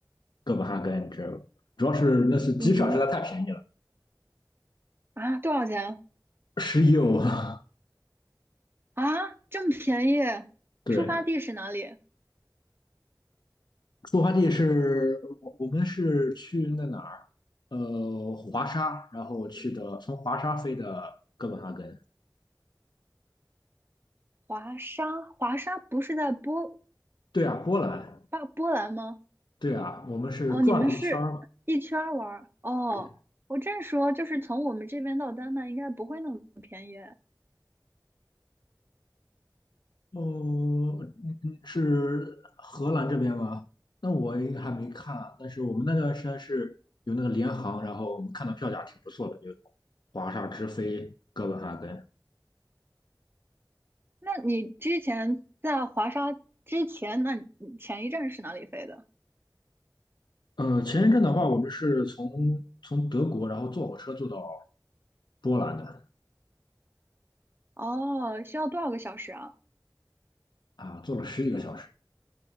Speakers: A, on the left; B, on the right.
A: 哥本哈根，知道吧？主要是那次机票实在太便宜了，
B: 嗯哼，啊，多少钱？
A: 十一欧啊。
B: 啊，这么便宜？
A: 对，
B: 出发地是哪里？
A: 出发地是我我们是去那哪儿？呃，华沙，然后去的从华沙飞的哥本哈根。
B: 华沙，华沙不是在波
A: 对啊，波兰。
B: 巴波兰吗？
A: 对啊，我们是转了一圈儿嘛。
B: 哦，你们是一圈儿玩儿哦。
A: 对
B: 我正说，就是从我们这边到丹麦应该不会那么便宜。
A: 哦，嗯嗯，是荷兰这边吗？那我应该还没看啊，但是我们那段时间是有那个联航，然后我们看到票价挺不错的，就华沙直飞哥本哈根。
B: 那你之前在华沙之前，那你前一站是哪里飞的？
A: 嗯，前一阵的话，我们是从从德国，然后坐火车坐到波兰的，
B: 哦，需要多少个小时啊？
A: 啊，坐了十几个小时。